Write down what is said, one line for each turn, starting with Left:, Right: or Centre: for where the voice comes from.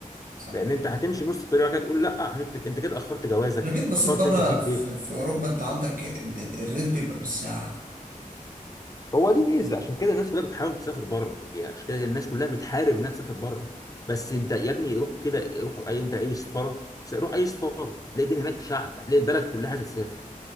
Right: صح
Left: لان انت هتمشي نص الطريق وبعد كده تقول لا عشان انت انت كده اخرت جوازك
Right: أنا جيت بصيت
Left: اخرت
Right: بره
Left: انت تجيب
Right: في...
Left: بيت
Right: في أوروبا أنت عندك ال... ال- الريت بيبقى بالساعة
Left: هو دي ميزه عشان كده الناس كلها بتحاول تسافر بره يعني عشان كده الناس كلها بتحارب انها تسافر بره بس
Right: مم.
Left: انت يا ابني روح كده روح اي انت اي سفاره روح اي سفاره هتلاقي الدنيا هناك شعب هتلاقي البلد كلها تسافر